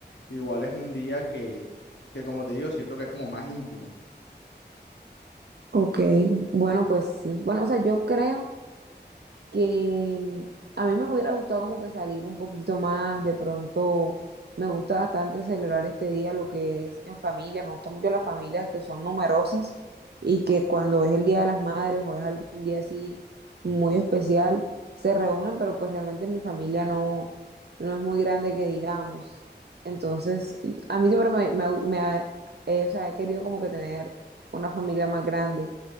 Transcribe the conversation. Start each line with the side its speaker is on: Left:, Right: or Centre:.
Left: igual es un día que, que como te digo, siento que es como más íntimo.
Right: Ok, bueno, pues sí. Bueno, o sea, yo creo que mm, a mí me hubiera gustado como que salir un poquito más, de pronto me gusta bastante celebrar este día, lo que es en familia, me gustan mucho las familias que son numerosas y que cuando es el Día de las Madres o es algún día así muy especial, se reúnen, pero pues realmente mi familia no, no es muy grande que digamos. Entonces, a mí siempre me, me, me ha- eh, o sea, he querido como que tener una familia más grande.